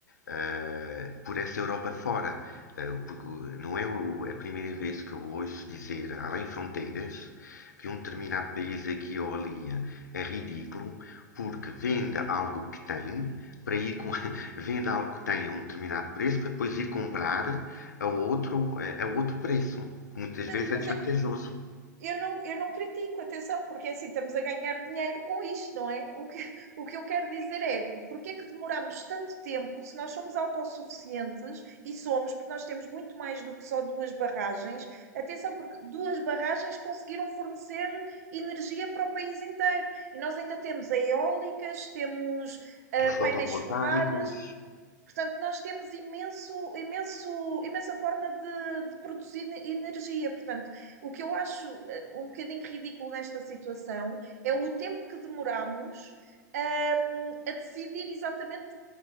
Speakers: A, on the left (about 70°); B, on the right (about 55°).
A: ah, por essa Europa fora. Ah, porque não é o- é a primeira vez que eu ouço dizer, além fronteiras, que um determinado país aqui ou ali é ridículo porque vende algo que tem para ir com, <laughs> vende algo que tem a um determinado preço para depois ir comprar a outro, a, a outro preço, que muitas
B: mas,
A: vezes
B: mas
A: é desvantajoso.
B: é que Eu não, eu não critico, atenção, porque é assim estamos a ganhar dinheiro com isto, não é? O que, o que eu quero dizer é, porque é que demoramos tanto tempo se nós somos autossuficientes e somos, porque nós temos muito mais do que só duas barragens. Atenção, porque duas barragens conseguiram fornecer energia para o país inteiro. E nós ainda temos eólicas, temos ah,
A: os fotovoltaicos.
B: painéis solares, Portanto, nós temos imenso, imenso, imensa forma de, de produzir energia. Portanto, o que eu acho eh, um bocadinho ridículo nesta situação é o tempo que demoramos, ahm, a decidir exatamente